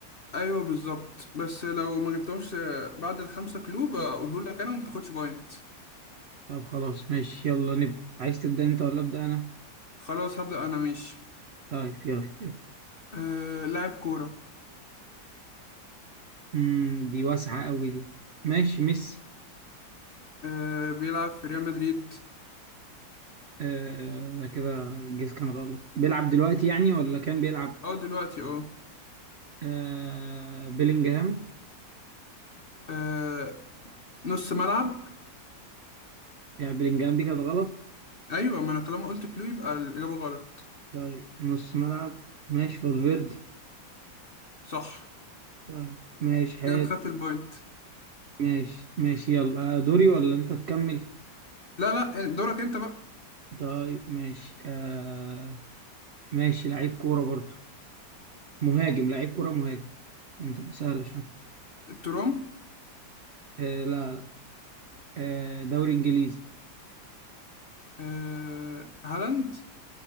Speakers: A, on the left; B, on the right.
A: ايوه بالظبط بس لو ما جبتهمش بعد الخمسة كلوب بقوله لك انا وما بتاخدش بوينت
B: طب خلاص ماشي يلا نبدا عايز تبدا انت ولا ابدا انا
A: خلاص هبدأ انا ماشي
B: طيب يلا يلا.
A: آه لاعب كورة
B: مم، دي واسعة قوي دي ماشي ميسي
A: آه بيلعب في ريال مدريد
B: آه ده كده الجيس كان غلط بيلعب دلوقتي يعني ولا كان بيلعب
A: اه دلوقتي اه
B: آه بيلينجهام
A: آه، نص ملعب
B: يعني بيلينجهام دي كانت غلط
A: ايوه ما انا طالما قلت كلو يبقى الإجابة غلط
B: طيب نص ملعب ماشي فالفيردي
A: صح
B: طيب ماشي حلو
A: كده انت خدت البوينت
B: ماشي ماشي يلا آه، دوري ولا انت تكمل
A: لا لا دورك انت بقى
B: طيب ماشي آه ماشي لعيب كورة برضو مهاجم لعيب كورة مهاجم عشان تبقى سهلة شوية
A: الترام
B: آه لا لا آه دوري انجليزي
A: آه هالاند